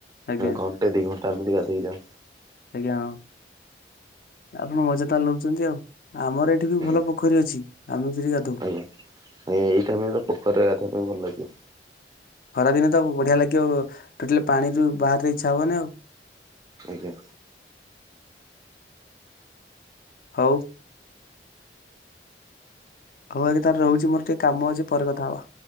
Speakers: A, on the left; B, on the right.
A: ଆଜ୍ଞା
B: ଘଣ୍ଟେ ଦୁଇ ଘଣ୍ଟା ଏମତିତି ହେ ଯାଉ
A: ଆଜ୍ଞା ହଁ। ଆପଣ ମଜା ତ ନଉଛନ୍ତି ଆଉ ଆମର ଏଠି ବି
B: ଆଜ୍ଞା
A: ଭଲ ପୋଖରୀ ଅଛି ଆମେ ସେଠି ଗାଧଉ
B: ଆଜ୍ଞା ଆଜ୍ଞା ଏଇଟାଇମ ପୋଖରୀରେ ଗାଧିବାବା ପାଇଁ ଭଲ ଲାଗିବ।
A: ଖରାଦିନ ତ ବଢିଆ ଲାଗିବ ଟୋଟାଲି ପାଣିରୁ ବାହାରେ ଇଚ୍ଛା ହବନି ଆଉ।
B: ଆଜ୍ଞା।
A: ହୋଉ। ହଉ ଆଜି ତାର ରହୁଚି ମୋର ଟିକେ କାମ ଅଛି ପରେ କଥା ହବା।